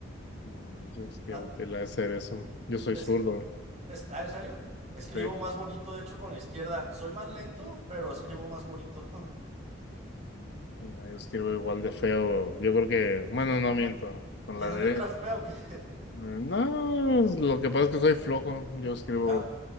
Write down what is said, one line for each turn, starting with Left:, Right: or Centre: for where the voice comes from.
Left: No manches, qué
Right: Ah,
Left: útil ha de ser eso. Yo soy
Right: escri-
Left: zurdo.
Right: es- ah, ¿en serio? Escribo
Left: Sí.
Right: más bonito, de hecho, con la izquierda. Soy más lento, pero escribo más bonito.
Left: Mira, Yo escribo igual de feo. Yo creo que, bueno, no miento.
Right: <laughs>
Left: Con
Right: ¿Tienes
Left: la derecha.
Right: letra fea o qué? <laughs>
Left: No, es- lo que pasa es que soy flojo. Yo escribo
Right: Ah,